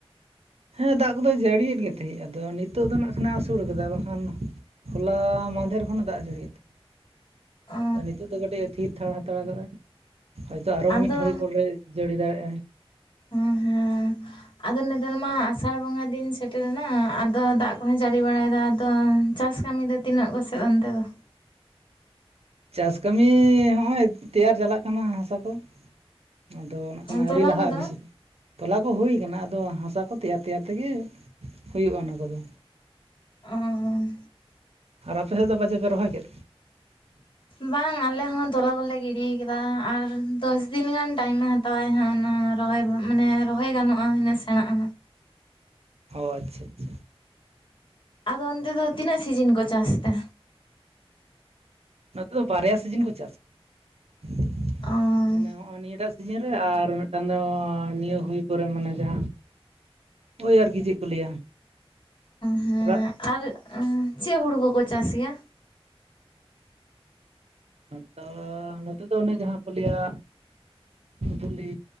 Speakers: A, on the right; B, on the left.
A: ᱦᱮᱸ ᱫᱟᱜ ᱠᱚᱫᱚ ᱡᱟᱹᱲᱤᱭᱮᱫ ᱜᱮ ᱛᱟᱦᱮᱸᱫ ᱟᱫᱚ ᱱᱤᱛᱚᱜ ᱫᱚ ᱱᱟᱜ ᱠᱷᱟᱱ ᱟᱹᱥᱩᱲ ᱟᱠᱟᱫᱟ ᱟᱫᱚ ᱠᱷᱟᱱ᱾ ᱦᱚᱞᱟ ᱢᱟᱫᱷᱮᱨ ᱠᱷᱱᱟᱜ ᱫᱟᱜ ᱡᱟᱹᱲᱤ ᱛᱮ
B: ᱚ
A: ᱱᱤᱛᱳᱜ ᱫᱚ ᱠᱟᱹᱴᱤᱡ ᱛᱷᱤᱨ ᱛᱷᱟᱨ ᱦᱟᱛᱟᱲ ᱟᱠᱟᱫᱟ᱾ ᱦᱚᱭ ᱛᱚ ᱟᱨᱚ
B: ᱟᱫᱚ
A: ᱢᱤᱫ ᱜᱷᱟᱹᱲᱤᱡ ᱯᱚᱨᱮ ᱡᱟᱹᱲᱤ ᱫᱟᱜ ᱮᱜᱟᱭ᱾
B: ᱦᱩ ᱦᱩ ᱟᱫᱚ ᱱᱮᱛᱟᱨ ᱢᱟ ᱟᱥᱟᱲ ᱵᱚᱸᱜᱟ ᱫᱤᱱ ᱥᱮᱴᱮᱨ ᱮᱱᱟ ᱟᱫᱚ ᱫᱟᱜ ᱠᱚᱦᱚᱸ ᱡᱟᱹᱲᱤ ᱵᱟᱲᱟᱭ ᱮᱫᱟ ᱟᱫᱚ ᱪᱟᱥ ᱠᱟᱹᱢᱤ ᱫᱚ ᱛᱤᱱᱟᱹᱜ ᱠᱚᱥᱮᱜ ᱚᱱᱛᱮᱫᱚ?
A: ᱪᱟᱥ ᱠᱟᱹᱢᱤ ᱦᱚᱸᱜ-ᱚᱭ ᱛᱮᱭᱟᱨ ᱪᱟᱞᱟᱜ ᱠᱟᱱᱟ ᱦᱟᱥᱟ ᱠᱚ᱾ ᱟᱫᱚ ᱱᱟᱜ ᱠᱷᱟᱱ ᱟᱹᱣᱨᱤ
B: ᱛᱚᱞᱟ
A: ᱞᱟᱦᱟᱜ-ᱟ
B: ᱠᱚᱫᱚ
A: ᱵᱤᱥᱤ ᱛᱚᱞᱟ ᱠᱚ ᱦᱩᱭ ᱠᱟᱱᱟ ᱟᱫᱚ ᱦᱟᱥᱟ ᱠᱚ ᱛᱮᱭᱟᱨ ᱛᱮᱭᱟᱨ ᱛᱮᱜᱮ ᱦᱩᱭᱩᱜ-ᱟ ᱚᱱᱟ ᱠᱚᱫᱚ᱾
B: ᱚᱸ
A: ᱟᱨ ᱟᱯᱮ ᱥᱮᱫ ᱫᱚ ᱵᱟᱡᱮ ᱯᱮ ᱨᱚᱦᱚᱭ ᱠᱮᱫ?
B: ᱵᱟᱝ ᱟᱞᱮ ᱦᱚᱸ ᱫᱚᱞᱟ ᱠᱚᱞᱮ ᱜᱤᱰᱤ ᱟᱠᱟᱫᱟ ᱟᱨ ᱫᱚᱥ ᱫᱤᱱ ᱜᱟᱱ ᱴᱟᱭᱤ ᱢᱮ ᱦᱟᱛᱟᱣ-ᱟ ᱛᱟᱭᱟ ᱦᱟᱸ ᱚᱱᱟ ᱨᱚᱦᱚᱭ ᱢᱟᱱᱮ ᱨᱚᱦᱚᱭ ᱜᱟᱱᱚᱜ-ᱟ ᱤᱱᱟᱹ ᱥᱮᱬᱟᱜ-ᱟ᱾
A: ᱚᱸ ᱟᱪᱪᱷᱟ ᱟᱪᱪᱷᱟ᱾
B: ᱟᱫᱚ ᱚᱱᱛᱮ ᱫᱚ ᱛᱤᱱᱟᱹᱜ ᱥᱤᱡᱤᱱ ᱠᱚ ᱪᱟᱥ ᱛᱮ?
A: ᱱᱚᱛᱮ ᱫᱚ ᱵᱟᱨᱭᱟ ᱥᱤᱡᱤᱱ ᱠᱚ ᱪᱟᱥ <unintelligible> ᱜᱮᱭᱟ
B: ᱚ
A: ᱢᱟᱱᱮ ᱱᱚᱜ-ᱚᱭ ᱱᱤᱭᱟᱹ ᱫᱟᱜ ᱥᱤᱡᱤᱱ ᱨᱮ ᱟᱨ ᱢᱤᱫᱴᱟᱝ ᱫᱚ ᱱᱤᱭᱟᱹ ᱦᱩᱭ ᱯᱚᱨᱮ ᱢᱟᱱᱮ ᱡᱟᱦᱟᱸ ᱳᱭ ᱟᱨᱠᱤ ᱪᱮᱫ ᱠᱚ ᱞᱟᱹᱭ-ᱟ᱾
B: ᱦᱮᱸ
A: ᱨᱟᱜ
B: ᱟᱨ ᱪᱮᱫ ᱦᱩᱲᱩ ᱠᱚᱠᱚ ᱪᱟᱥ ᱜᱮᱭᱟ?
A: ᱱᱚᱛᱳᱻ ᱱᱚᱛᱮ ᱫᱚ ᱚᱱᱮ ᱡᱟᱦᱟᱸ ᱠᱚ ᱞᱟᱹᱭ-ᱟ ᱵᱚᱞᱤ